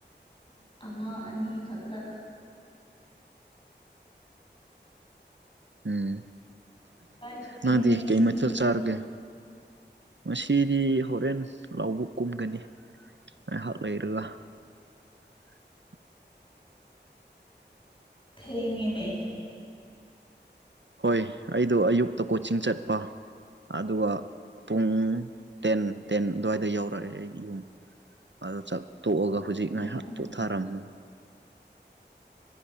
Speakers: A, on the left; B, on the right.
A: ꯑꯃ ꯑꯅꯤ ꯈꯛꯄ
B: ꯎꯝ
A: ꯀꯗꯥꯏ ꯆꯠꯀꯅꯤ
B: ꯅꯪꯗꯤ
A: ꯉꯁꯤꯗꯤ
B: ꯀꯩ ꯃꯩꯊꯦꯜ ꯆꯥꯔꯒꯦ ꯃꯁꯤ ꯆꯤꯗꯤ ꯍꯣꯔꯦꯟ ꯂꯥꯎꯕ ꯀꯨꯝꯒꯅꯤ ꯉꯥꯏꯍꯥꯛ ꯂꯩꯔꯒ ꯎꯝ <inaudible>
A: ꯊꯦꯡꯉꯅꯦ
B: ꯍꯣꯏ ꯑꯩꯗꯣ ꯑꯌꯨꯛꯇ ꯀꯣꯆꯤꯡ ꯆꯠꯄ ꯑꯗꯨꯒ ꯄꯨꯡ ꯇꯦꯟ ꯇꯦꯟ ꯑꯗꯨꯋꯥꯏꯗ ꯌꯧꯔꯛꯑꯦ ꯑꯩ ꯌꯨꯝ ꯑꯗꯨ ꯆꯥꯛꯊꯣꯛꯑꯒ ꯍꯧꯖꯤꯛ ꯉꯥꯏꯍꯥꯛ
A: ꯑꯣ
B: ꯄꯣꯊꯥꯔꯝꯕꯅꯤ